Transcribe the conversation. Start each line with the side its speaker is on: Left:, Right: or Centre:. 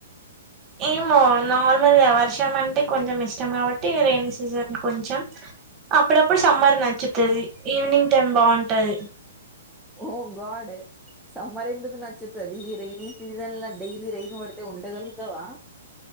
Right: ఏమో నార్మల్గా వర్షం అంటే కొంచం ఇష్టం కాబట్టి రెైనీ సీజన్ కొంచం అప్పుడప్పుడు సమ్మర్ నచ్చుతది ఈవినింగ్ టైం బావుంటది.
Centre: ఓ గాడ్ సమ్మర్ ఎందుకు నచ్చుతది ఈ రెైనీ సీజన్ల డైలీ రైన్ పడితే ఉండగలుగుతావా